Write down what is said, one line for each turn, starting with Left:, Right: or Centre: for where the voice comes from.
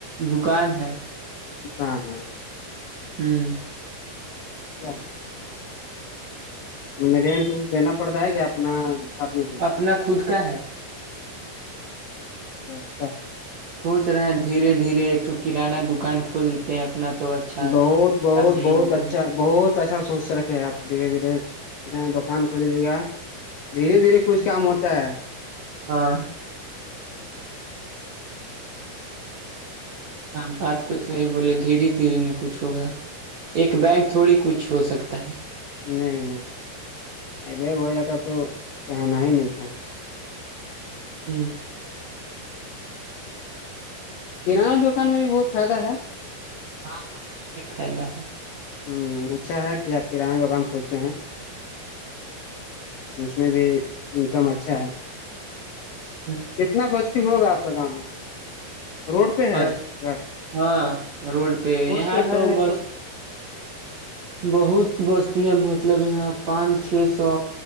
Right: دکان ہے
Left: س
Right: ہوں
Left: چھا م رینٹ وونٹ دینا پڑتا ہے کیا اپنا میں ہی
Right: اپنا خود کا ہے
Left: اچھا
Right: سوچ رہے دھیرے دھیرے ایکٹو کرانہ دکان کھول تے اپنا تو
Left: بہت
Right: خاصا
Left: بہت بہت
Right: انکم
Left: اچھا بہت اچھا سوچ سے رکھے آپ دھیرے دھیرے دکان کھلییے گا دھیرے دھیرے کچھ کام ہوتا ہے
Right: ہاں ہاں بات تو صحیح بولے دھیر دھیرری نہ کچھ ہوگا ایک بیگ تھوڑی کچھ ہو سکتا ہے
Left: نہیں نہیں اب ہو جاتا تو کہناا ہی نہیں تھا
Right: ہوں
Left: کرانہ دکان میں بھی بہت فائد ہے
Right: ہاں سبٹیک فائدہ ہے
Left: ہ اچھا ہے کہ آپ کرانہ دکام سوچے ہیں اس میں بھی انکم اچھا ہے
Right: ہے
Left: کتنا بستی ہوگا آپ کا گاؤں میں روڈ پہ ہے
Right: بس
Left: گھر
Right: ہاں روڈ پہ
Left: روڈ
Right: یہاں تو
Left: گھر ہے
Right: بس بہت بستی ہے مطلب یہاں پانچ چھ سو